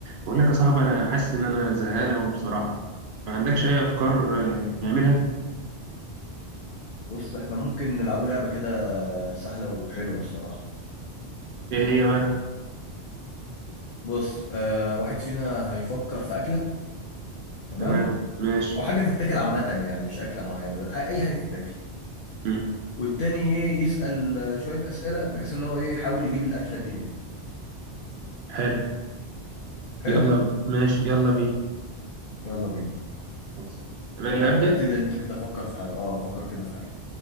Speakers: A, on the right; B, on the left.
A: بقول لك يا صاحبي انا حاسس ان انا زهقان قوي بصراحه ما عندكش اي افكار آه، نعملها
B: بص احنا ممكن نلعبوا لعبة كده سهلة وحلوة الصراحة
A: ايه هي بقى
B: بص آه واحد فينا هيفكر في أكلة تمام
A: تمام ماشي
B: أو حاجة تتاكل عامة يعني مش أكلة معينة بس ح- أي حاجة تتاكل
A: مم.
B: والتاني إيه يسأل آه، شوية أسئلة بحيث إن هو إيه يحاول يجيب الأكلة دي إيه
A: حلو
B: حلو
A: يلا ب- ماشي يلا بينا
B: يلا بينا
A: خلصان انا
B: آه
A: اللي ابدا
B: ابتدي أنت كده فكر في حاجة أه فكر كده في حاجة